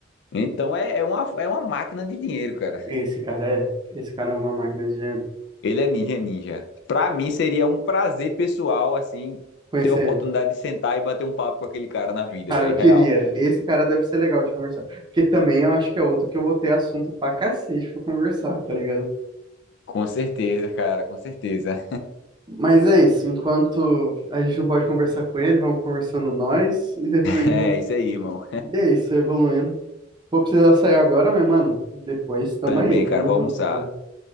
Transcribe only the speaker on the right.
Esse cara é, esse cara é uma máquina de dinheiro.
Conhecer
ele.
Cara,
eu queria.
Esse cara deve ser legal de conversar. Porque também eu acho que é outro que eu vou ter assunto pra cacete pra conversar, tá ligado?
Mas é isso. Enquanto a gente não pode conversar com ele, vamos conversando nós. E depois
junto.
E é isso, evoluindo. Vou precisar sair agora, meu mano. Depois tamo
aí, tamo
junto,
velho.